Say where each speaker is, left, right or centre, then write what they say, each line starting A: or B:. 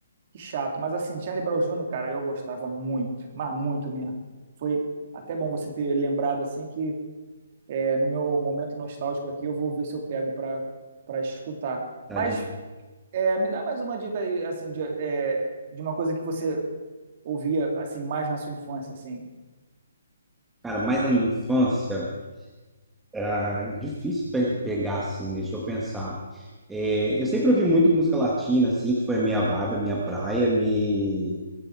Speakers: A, on the right; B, in the centre.
A: Que chato. Mas assim, Charlie Brown Jr., cara, eu gostava muito, mas muito mesmo. Foi até bom você ter lembrado assim que é, no meu momento nostálgico aqui eu vou ver se eu pego para para escutar.
B: tá
A: Mas é, me dá mais uma dica aí, assim, de, é, de uma coisa que você ouvia assim mais na sua infância, assim.
B: cara, mas na minha infância, era difícil pe- pegar assim, deixa eu pensar. É, eu sempre ouvi muito música latina, assim, que foi a minha vibe, a minha praia, me...